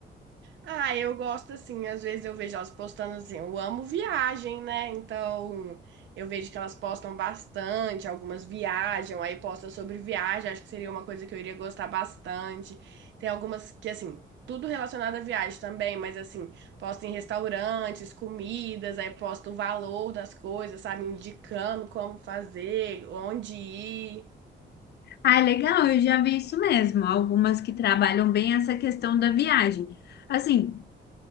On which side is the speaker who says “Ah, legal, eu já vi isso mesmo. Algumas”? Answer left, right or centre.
Left